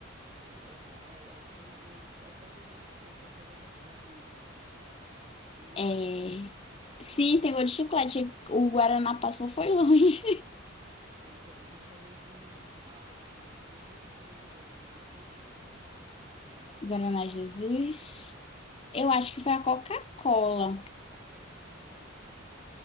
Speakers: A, on the right (about 20°); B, on the left (about 30°).
A: fui tomar. Eu achei, eu, eu até que eu gostei, só que ele, a- ele abusa se você tomar demais. Tem gosto
B: é...
A: de chiclete, né?
B: Sim, tem gosto de chiclete. O Guaraná passou foi longe.
A: Pois é, e tu sabia que a, te- teve uma empresa grande aí que comprou, né? Que depois
B: <laughs>
A: botou
B: Guaraná
A: bastante
B: Jesus.
A: gás. Sim,
B: Eu acho
A: botou
B: que foi
A: muito
B: a Coca-Cola.
A: gás. Parece que foi mesmo.